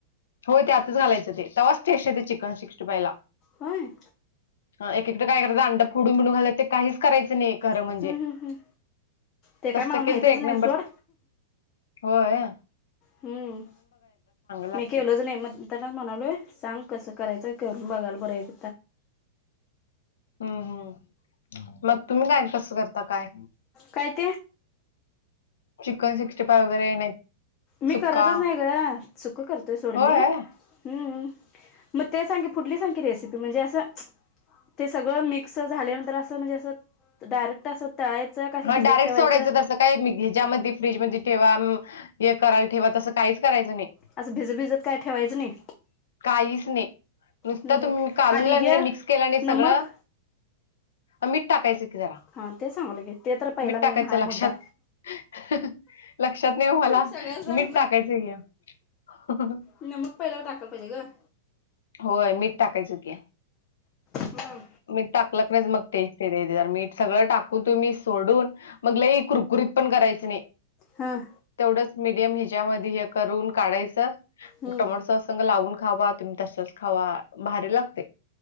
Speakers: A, on the left; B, on the left.
A: होय ते त्यातच घालायचं तेव्हाच टेस्ट चिकन सिक्स्टी फायला.
B: होय
A: अ एककडेयतं अंडा फोडून मििून घालंय ते काहीच करायं नाही र
B: हम्म
A: म्हणजे
B: हम्म हम्म ते काय
A: तस
B: मला माहितच
A: केल तर एक
B: नाही
A: नंबर
B: सोड
A: हो आहे
B: हम्म
A: लागते.
B: मी केवलो त नाही मत ताना म्हणालोय सांग कसं करायचं करून बघाल बरं एक
A: हम्म हम्म मग तुम्ही काय कसं करता काय
B: कात
A: चिकन सिक्स्टी फाय्ह वगैरे नाही.
B: मी
A: सुक्का
B: करतच नाही ग चुक करतोय सोड
A: होय
B: म हम्म. मग ते सांगे फुठली सांखी रेसिपी म्हणजे असं. ते सगळं मिक्स झाल्यानंतर असं म्हणजे असं डायरेक्ट असं तळायचं का असं
A: हं
B: भिजत
A: डायरेक्ट
B: ठेवायचं.
A: सोडायचं तसं काय मी्या ज्यामध्ये फ्रीज म ठेवा करायला ठेवा तसं काहीच करायचं नाही
B: असं भिजत भिजत काय ठेवायचं नाही
A: काहीच नाही नुसत
B: हम्म
A: तुम्ही कालूला
B: आणि हे
A: नाही मिक्स केला नाही
B: नमक
A: सगळं मीठ टाकायचं की जरा
B: हा ते सांगलं की ते तर पहिला
A: मीठ
B: मेन
A: टाकायचं
B: हाय
A: लक्षात
B: मुद्दा
A: लक्षात नाही मला
B: सगळं सांग
A: मीठ टाकायचं घ
B: न मग पहिलावर टाकाय पाहिजे गं.
A: होय मीठ टाकायचं की.
B: हा
A: मी टाकलं क नाही मग टेस्ट देत मीठ सगळं टाकून तुम्ही सोडून मगला कुरकुरीत पण करायचं नाही.
B: हां.
A: तेवढंच मडियम हिच्यामध्ये हे करून काढायचं
B: हम्म
A: टोमोटो सॉस. लावून खावा तुम्ही तसच खावा भारी लागते.